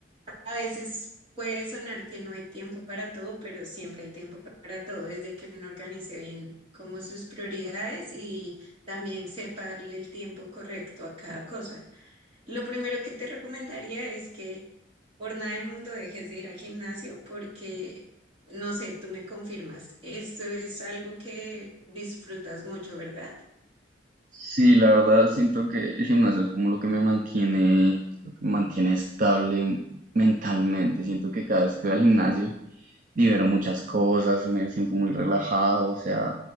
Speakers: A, on the right; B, on the right.
A: A veces puede sonar que no hay tiempo para todo, pero siempre hay tiempo para todo desde que uno organice bien como sus prioridades y también sepa darle el tiempo correcto a cada cosa. Lo primero que te recomendaría es que por nada del mundo dejes de ir al gimnasio porque, no sé, tú me confirmas, esto es algo que disfrutas mucho, ¿verdad?
B: Sí, la verdad siento que el gimnasio es como lo que me mantiene, lo que me mantiene estable mentalmente. Siento que cada vez que voy al gimnasio libero muchas cosas, me siento muy relajado, o sea,